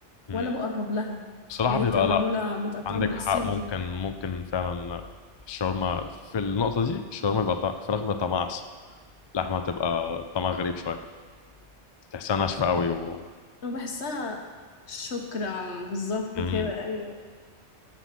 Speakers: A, on the left; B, on the left.
A: م.
B: ولا بقرب لها
A: بصراحه
B: اللي
A: بيبقى
B: هي بتبقى معمولة
A: لا
B: متقطعة
A: عندك
B: من على
A: حق
B: السيخ
A: ممكن
B: دي
A: ممكن فعلا الشاورما في النقطه دي الشاورما بيبقى طعم الفراخ بيبقى طعمها احسن اللحمه بتبقى طعمها غريب شويه كده تحسها ناشفه قوي و...
B: أنا بحسها شكرا بالظبط
A: م- م.
B: كده أيوه